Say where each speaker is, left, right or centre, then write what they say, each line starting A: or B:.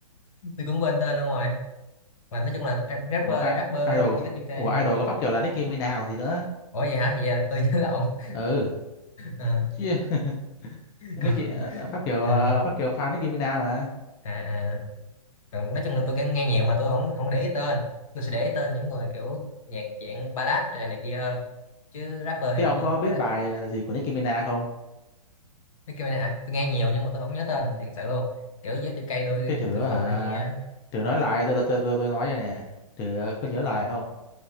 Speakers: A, on the left; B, on the left.
A: tôi cũng quên tên luôn rồi mà nói chung là ra- rapper
B: ủa i-
A: rapper
B: idol của
A: GSUK
B: Pháp- ủa idol của Pháp Kiều là Nicki Minaj còn gì nữa
A: ủa vậy hả vậy là tôi nhớ lộn <laughs>
B: ừ
A: Ờ,
B: chứ <laughs> Nicki
A: còn,
B: ờ, Pháp Kiều
A: ờ,
B: ờ, Pháp Kiều fan Nicki Minaj mà
A: à, à. Còn nói chung là tôi nghe nghe nhiều mà tôi không không để ý tên tôi sẽ để ý tên những người kiểu nhạc dạng ballad này, này kia hơn chứ rapper
B: thế
A: thì
B: ông
A: tôi
B: có
A: cũng
B: biết
A: ít
B: bài ờ, gì của Nicki Minaj không
A: cái kia này hả tôi nghe nhiều nhưng mà tôi không nhớ tên
B: ừ.
A: thật sự luôn kiểu GSUK tôi
B: thế thử
A: tôi thường
B: hả
A: hay nghe
B: thử nói lại tôi tôi tôi, tôi nói vậy nè thử ờ, có nhớ lại không